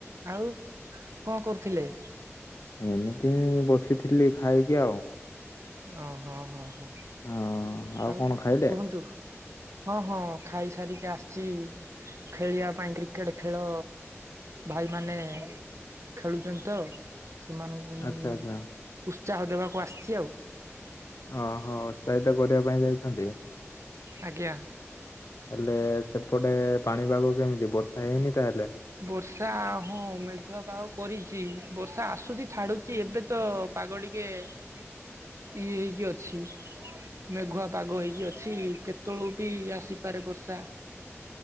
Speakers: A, on the right (about 70°); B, on the left (about 80°).
A: ଆଉ କଣ କରୁଥିଲେ?
B: ଏମିତି ବସିଥିଲି ଖାଇକି ଆଉ।
A: ଓଃ ହଁ ହଁ ହଁ
B: ହଁ
A: ଆଉ
B: କଣ ଖାଇଲେ?
A: କୁହନ୍ତୁ। ହଁ ହଁ ଖାଇ ସାରିକି ଆସିଛି ଖେଳିବା ପାଇଁ କ୍ରିକେଟ ଖେଳ ଭାଇମାନେ ଖେଳୁଛନ୍ତି ତ। ସେମାନଙ୍କୁ ମୁଁ
B: ଆଚ୍ଛା ଆଚ୍ଛା
A: ଉତ୍ସାହ ଦେବାକୁ ଆସିଛି ଆଉ।
B: ଓହୋଃ ଉତ୍ସାହିତ କରିବା ପାଇଁ ଯାଇଛନ୍ତି?
A: ଆଜ୍ଞା।
B: ହେଲେ ସେପଟେ ପାଣିପାଗ କେମିତି ବର୍ଷା ହେଇନି ତାହେଲେ?
A: ବର୍ଷା ହଁ ମେଘୁଆ ପାଗ କରିଛି। ବର୍ଷା ଆସୁଛି, ଛାଡୁଛି ଏବେ ତ ପାଗ ଟିକେ ଇଏ ହେଇକି ଅଛି। ମେଘୁଆ ପାଗ ହେଇକି ଅଛି। କେତେବେଳେ ବି ଆସିପାରେ ବର୍ଷା।